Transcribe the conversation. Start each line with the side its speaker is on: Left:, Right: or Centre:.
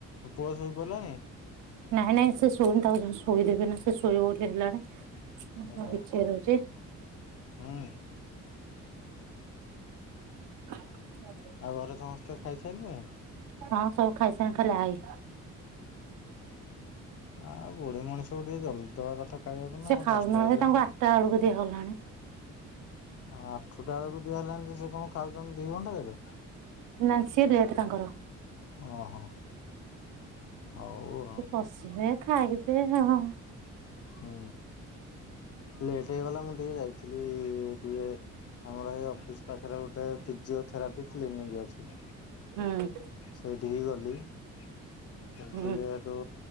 Left: ପୁଅ ଶୋଇପଡ଼ିଲାଣି?
Right: ନାଇଁ ନାଇଁ ସେ ଶୋଇନି ତାକୁ ଯାଉଚି ଶୋଇଦେବି ଏନା ସେ ଶୋଇବ ବୋଲି ହେଲାଣି।
Left: ଆଚ୍ଛା।
Right: ହ ବିଛେଇଦୋଉଛି।
Left: ହୁଁ
Right: ଆ <inaudible>
Left: ଆଉ ଘରେ ସମସ୍ତେ ଖାଇସାରିଲେଣି?
Right: ହଁ ସବୁ ଖାଇସାରେଲେଣି ଖାଲି ଆଇ।
Left: ଆଉ ବୁଢ଼ୀ ମଣିଷକୁ ଟିକେ ଜଲଦି ଦବା କଥା। ଖାଇବାକୁ ନା
Right: ସେ
Left: ଆଉ
Right: ଖାଉନାହାନ୍ତି
Left: ଦଶଟା ବାଜିଲାଣି।
Right: ତାଙ୍କୁ ଆଠଟା ବେଳକୁ ଦିଆଗଲାଣି।
Left: ଆଠୁଟା ବେଳକୁ ଦିଆ ହେଲାଣି ଯେ ସେ କଣ ଖାଉଛନ୍ତି ଦି ଘଣ୍ଟା ଯାକେ।
Right: ନାଁ ସିଏ ଲେଟ୍ ତାଙ୍କର।
Left: ଓହୋ। ହୋଉ।
Right: ସେ ପଶିବେ ଖାଇବେ ହଁ।
Left: ହୁଁ ଲେଟ୍ ହେଇଗଲା ମୁଁ ଟିକେ ଯାଇଥିଲି ଟିକେ ଆମର ଏଇ ଅଫିସ ପାଖରେ ଗୋଟେ ଫିଜିଓଥେରାପି କ୍ଲିନିକ ଅଛି।
Right: ହୁଁ
Left: ସେଇଠିକି ଗଲି ସେ ଟିକେ
Right: ହୁଁ
Left: ଏଠୁ